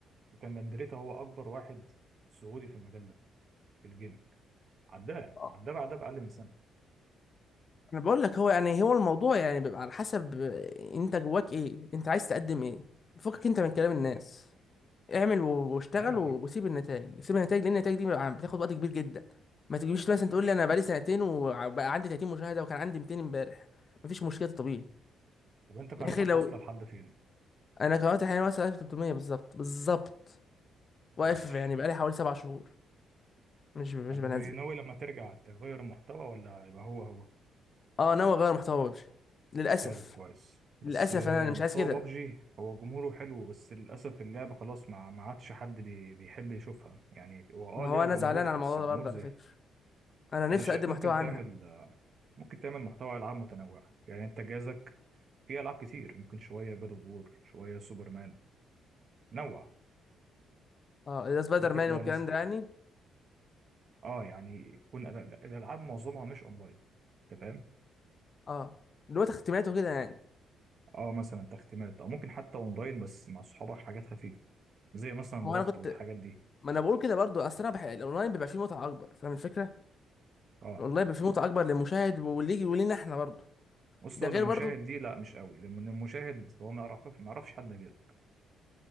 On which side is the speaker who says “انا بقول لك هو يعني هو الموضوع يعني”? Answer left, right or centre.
Left